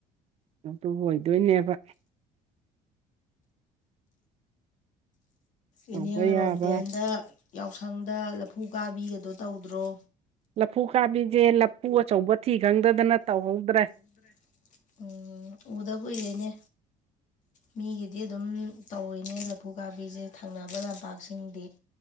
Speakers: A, on the right; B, on the left.
A: ꯑꯗꯨꯗꯨꯕꯨ ꯑꯣꯏꯗꯣꯏꯅꯦꯕ ꯇꯧꯕ
B: ꯏꯅꯦ ꯍꯣꯏꯔꯣꯝꯗꯤ
A: ꯌꯥꯕ
B: ꯍꯟꯗꯛ ꯌꯥꯎꯁꯪꯗ ꯂꯐꯨ ꯀꯥꯕꯤꯒꯗꯣ ꯇꯧꯗ꯭ꯔꯣ
A: ꯂꯐꯨ ꯀꯥꯕꯤꯁꯦ ꯂꯐꯨ ꯑꯆꯧꯕ ꯊꯤ ꯈꯪꯗꯗꯅ ꯇꯧꯍꯧꯗ꯭ꯔ
B: ꯑꯗꯨꯗ꯭ꯔꯦ ꯎꯝ ꯎꯗ ꯀꯨꯏꯔꯦꯅꯦ ꯃꯤꯒꯤꯗꯤ ꯑꯗꯨꯝ ꯇꯧꯋꯤꯅꯦ ꯂꯐꯨ ꯀꯥꯕꯤꯁꯦ ꯊꯪꯅꯕ ꯂꯝꯄꯥꯛꯁꯤꯡꯗꯤ